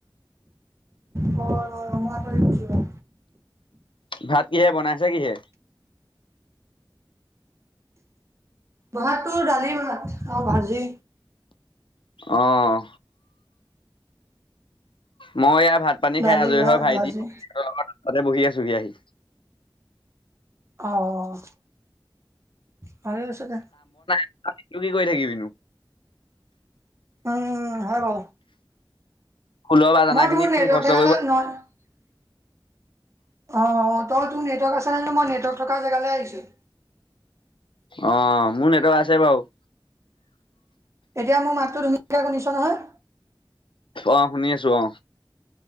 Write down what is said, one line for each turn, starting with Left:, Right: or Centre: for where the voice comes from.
Right: আছে দালি অঁ ৰঙা তই গুচি গ'ল
Left: ভাত কিহে বনাইছে কিহে?
Right: ভাত টোৰ দালি ভাত আৰু ভাজি।
Left: অ'। মই এইয়া ভাত পানী
Right: দালি
Left: খাই আজৰি
Right: ভাত
Left: হয় ভাইটিৰ
Right: ভাজি
Left: লগ তাতে বহি আছো‍ঁহি আহি।
Right: অ', ভালে হৈছে দে।
Left: তাত নো কি কৰি থাকিবিনো?
Right: উম, হয় বাৰু।
Left: খোলৰ বাজানা
Right: মই
Left: খিনি
Right: তোৰ নেটৱৰ্ক
Left: মুখস্থ কৰিব
Right: <unintelligible> অ', তই তোৰ নেটৱৰ্ক আছে নে মই নেটৱৰ্ক থকা জেগালৈ আহিছোঁ।
Left: অ', মোৰ নেটৱৰ্ক আছে বাৰু।
Right: এতিয়া মোৰ মাতটো ধুনীয়াকৈ শুনিছ নহয়?
Left: অ', শুনি আছো অ'।